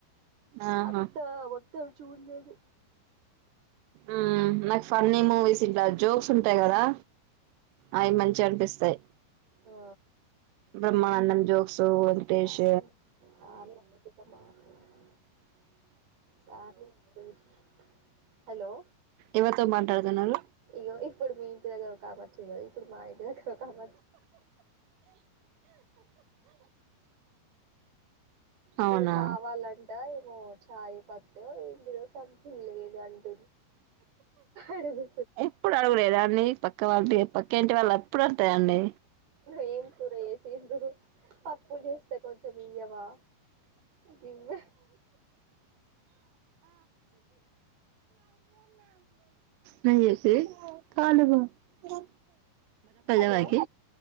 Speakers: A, on the right; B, on the right.
A: ఆహా
B: అంత మొత్తం చూడలేదు
A: ఉమ్ నాకు ఫన్నీ మూవీస్ ఇంట్లా జోక్స్ ఉంటాయి గదా అయి మంచిగా అనిపిస్తాయి.
B: ఓ
A: Brahmanandam
B: అవును
A: jokes Venkatesh
B: sorry sorry అండి మీతో మాట్లాడాలి.
A: అ
B: సార్లే <unintelligible> హలో
A: ఎవరితో మాట్లాడుతాన్నారు.
B: ఇగో ఇప్పుడు మీ ఇంటి దగ్గర ఒక ఒక్కామే వచ్చింది గదా ఇప్పుడు మా ఇంటి దగ్గర ఒకామె
A: అవునా
B: ఏమి కావాలంట ఏమో చాయ్ పత్తు ఏంటిదో సంథింగ్ లేదంట అడుగు
A: ఇప్పుడడుగులేదా అండి పక్క వాళ్ళది పక్క ఇంటి వాళ్ళు ఎప్పుడు అంతేఅండి.
B: ఏం కూర చేేసిండ్రు పప్పు చేస్తే కొంచెం ఇయ్యవా గివ్వ
A: నాయ్యే మమ్మీ
B: హలో
A: <unintelligible> బయికి